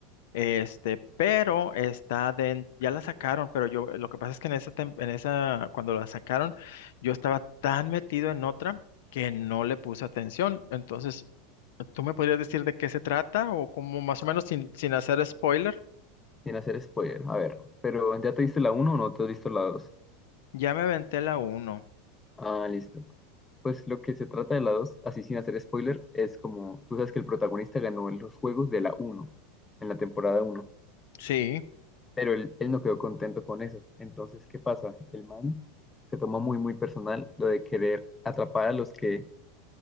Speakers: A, on the left; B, on the left.
A: Este, pero está den- ya la sacaron, pero yo, lo que pasa es que en esa, tem- en esa, cuando la sacaron, yo estaba tan metido en otra que no le puse atención. Entonces, ¿tú me podrías decir de qué se trata? O como más o menos sin, sin hacer spoiler,
B: Sin hacer spoiler, a ver. Pero ¿ya te viste la uno o no te has visto la dos
A: ya me aventé la uno.
B: Ah, listo. Pues lo que se trata de la 2, así sin hacer spoiler, es como tú sabes que el protagonista ganó en los juegos de la uno, en la temporada uno,
A: Sí.
B: pero él, él no quedó contento con eso. Entonces, ¿qué pasa? El man se toma muy, muy personal lo de querer atrapar a los que